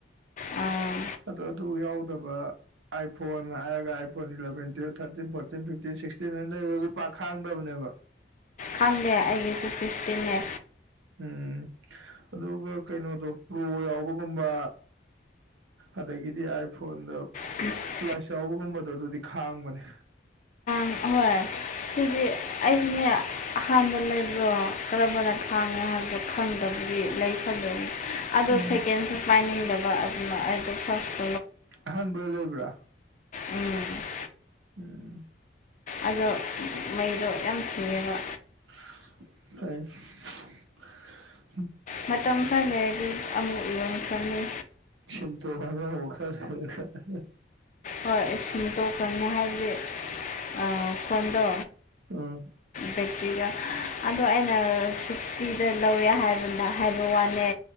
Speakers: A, on the left (about 40°); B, on the right (about 85°).
A: ꯑꯥ
B: ꯑꯗ ꯑꯗꯨ ꯌꯥꯎꯗꯕ ꯑꯥꯏꯐꯣꯟ ꯍꯥꯏꯔꯒ iPhone eleven twelve thirteen fourteen fifteen sixteen ꯑꯅ ꯂꯩꯕꯗꯨ ꯑꯗꯨ ꯄꯥꯛ ꯈꯥꯡꯗꯕꯅꯦꯕ
A: ꯈꯪꯗꯦ ꯑꯩꯒꯤꯁꯨ ꯁꯤꯛꯁꯇꯤꯟꯅꯦ
B: ꯎꯝ ꯑꯗꯨꯒ ꯀꯩꯅꯣꯗꯣ ꯄ꯭ꯔꯣ ꯌꯥꯎꯕꯒꯨꯝꯕ ꯑꯗꯒꯤꯗꯤ ꯑꯥꯏꯐꯣꯟꯗ
A: <unintelligible>
B: ꯄ꯭ꯂꯁ ꯌꯥꯎꯕꯒꯨꯝꯕꯗꯣ ꯑꯗꯨꯗꯤ ꯈꯥꯡꯕꯅꯦ
A: ꯍꯣꯏ ꯁꯤꯗꯤ ꯑꯩꯁꯨꯅꯦ ꯑꯍꯥꯟꯕ ꯂꯩꯕ꯭ꯔꯣ ꯀꯔꯝꯕꯅ ꯈꯥꯡꯉꯦ ꯍꯥꯏꯕꯗꯣ ꯈꯪꯗꯕꯒꯤ ꯂꯩ ꯁꯜꯂꯨꯏꯅꯤ ꯑꯗꯣ
B: ꯎꯝ
A: ꯁꯦꯀꯦꯟꯁꯦ ꯄꯥꯏꯅꯤꯡꯗꯕ ꯑꯗꯨꯅ ꯑꯩꯗꯣ ꯐꯥꯔꯁ
B: ꯑꯍꯟꯕ ꯑꯣꯏ ꯂꯩꯕ꯭ꯔꯥ
A: ꯎꯝ
B: ꯎꯝ
A: ꯑꯗꯣ ꯃꯩꯗꯣ ꯌꯥꯝ ꯊꯨꯌꯦꯕ
B: <unintelligible>
A: ꯃꯇꯝ ꯈꯔ ꯂꯩꯔꯗꯤ ꯑꯃꯨꯛ ꯌꯣꯟꯈ꯭ꯔꯅꯤ
B: ꯁꯤꯟꯇꯣ ꯑꯉꯧꯕ ꯈꯔ ꯂꯩꯔꯒ
A: ꯍꯣꯏ ꯑꯩ ꯁꯤꯟ ꯇꯣꯛꯈ꯭ꯔꯅꯤ ꯍꯥꯏꯕꯗꯤ ꯑ ꯐꯣꯟꯗꯣ
B: ꯑꯥꯍ
A: ꯕꯦꯠꯇ꯭ꯔꯤꯗꯣ ꯑꯗꯣ ꯑꯩꯅ ꯁꯤꯛꯁꯇꯤꯗ ꯂꯧꯋꯦ ꯍꯥꯏꯕꯗ ꯍꯥꯏꯕ ꯋꯥꯅꯦ